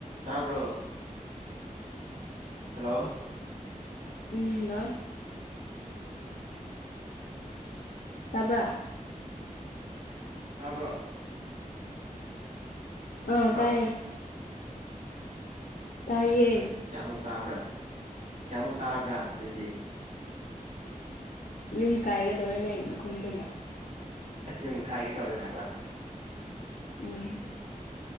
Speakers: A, on the right (about 60°); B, on the left (about 75°).
A: ꯇꯥꯕ꯭ꯔꯣ ꯍꯜꯂꯣ
B: ꯎꯝ ꯍꯜꯂꯣ ꯇꯥꯕ꯭ꯔꯥ
A: ꯇꯥꯕ꯭ꯔꯣ
B: ꯑꯥ
A: ꯍꯥ
B: ꯇꯥꯏꯌꯦ ꯇꯥꯏꯌꯦ
A: ꯢꯁ ꯀꯌꯥꯃꯨꯛ ꯇꯥꯕ꯭ꯔꯥ ꯀꯌꯥꯃꯨꯛ ꯇꯥꯕ꯭ꯔꯥ ꯑꯗꯨꯗꯤ
B: ꯌꯨꯝ ꯀꯥꯏꯒꯗꯧꯔꯦ ꯅꯪ ꯅꯈꯣꯟꯗꯨꯅ
A: ꯑꯁ ꯌꯨꯝ ꯀꯥꯢꯒꯗꯧꯔꯦ ꯍꯥꯏꯕ
B: ꯎꯝ